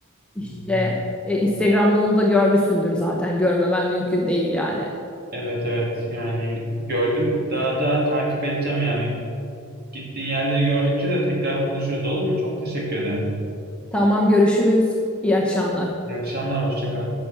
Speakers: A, in the centre; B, on the right.
A: İşte
B: hmm,
A: e, Instagram'da onu da görmüşsündür zaten. Görmemen mümkün değil yani.
B: evet evet yani gördüm. Daha daha takip edeceğim yani. Gittiğin yerleri gördükçe de tekrar konuşuruz olur mu? Çok teşekkür ederim.
A: Tamam görüşürüz. İyi akşamlar.
B: İyi akşamlar, hoşça kal.